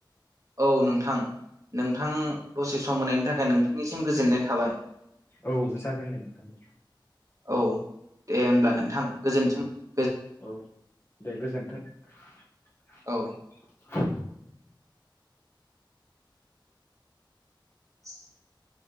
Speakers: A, on the right; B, on the left.
A: औ नोंथां, नोंथां दसे सम होनायनि थाखाय नोंथांनिसिम गोजोननाय थाबाय ।
B: औ जागोन दे नोंथां ।
A: औ दे होमब्ला नोंथां गोजोन्थों ।
B: औ दे गोजोन्थों ।
A: औ <inaudible>